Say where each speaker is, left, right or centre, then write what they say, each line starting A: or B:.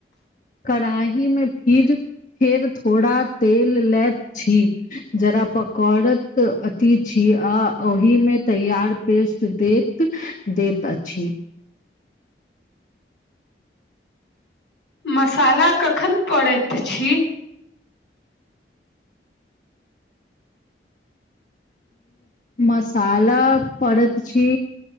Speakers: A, on the left; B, on the left.
A: कड़ाहीमे फिर फेर थोड़ा तेल लैत छी जरा पकौड़त अथि छी आ ओहिमे तैयार पेस्ट दैत दैत अछि
B: मसाला कखन पड़ैत अछि
A: मसाला पड़ैत अछि